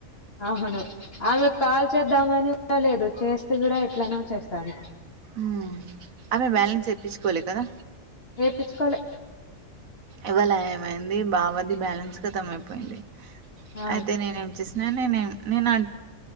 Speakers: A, on the left; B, on the right.
A: అవును ఆమెకు కాల్ చేద్దామని కూడా లేదు చేస్తే కూడా ఎట్లనో చేస్తాది
B: ఉ ఆమె బ్యాలెన్స్ ఏప్పించుకోవలే కదా
A: ఎపిచుకోలే
B: ఇవాళ ఏమైంది బావది బ్యాలెన్స్ ఖతమైపోయింది
A: ఆ
B: అయితే నేనేం చేస్ నేనే నేమ్ నేనా